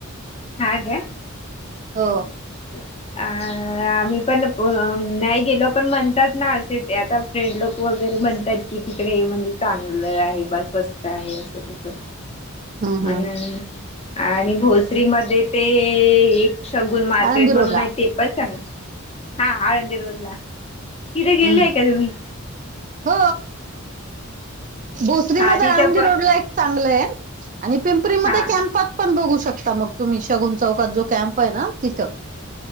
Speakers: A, on the left; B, on the right.
A: हा काय?
B: हो!
A: अ आम्ही पण अ नाही गेलो. पण म्हणतात ना असे ते आता फ्रेंड लोक वगैरे म्हणतात की तिकडे हे म्हणजे चांगलं आहे बसस्त. तर आहे असं तसं.
B: हम्म
A: म्हणून
B: हम्म
A: आणि भोसरीमध्ये ते एक शगून मार्केट
B: आळंदी
A: म्हून
B: रोडला
A: आहे ते पण चांगले. हा आळंदी रोडला तिथे गेल्लेय
B: हम्म
A: का तुम्ही.
B: हो भोसरी
A: हा
B: मध्ये
A: तिथं
B: आळंदी
A: पण
B: रोड ला एक चांगलं आहे. आणि पिंपरीमध्ये
A: हा
B: कॅम्पात पण बघू शकता मग तुम्ही शगुन चौकात जो कॅम्प आहे ना तिथं.